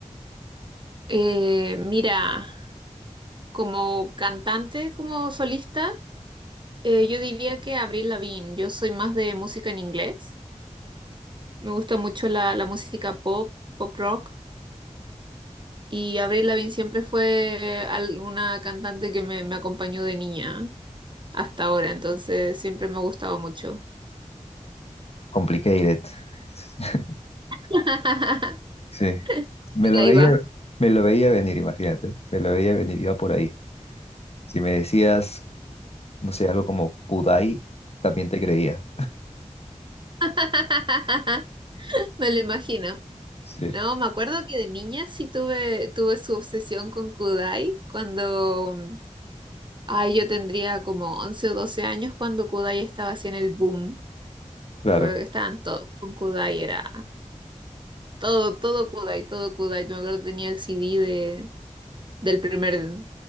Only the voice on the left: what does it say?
Complicated. <laughs>
Sí. Me
lo
veía,
me lo veía venir, imagínate. Me lo veía venir, iba por ahí. Si me decías, no sé, algo como Kudai, también te creía.
Sí,
claro.